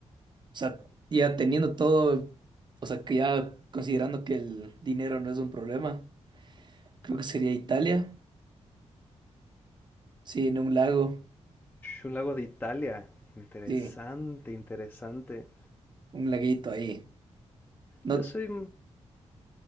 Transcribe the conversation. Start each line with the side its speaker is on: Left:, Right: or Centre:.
Right: O sea, ya teniendo todo, o sea, que ya considerando que el dinero no es un problema, creo que sería Italia. Sí, en un lago.
Left: Un lago de Italia. Interesante,
Right: Sí,
Left: interesante.
Right: un laguito ahí. No,
Left: Yo soy,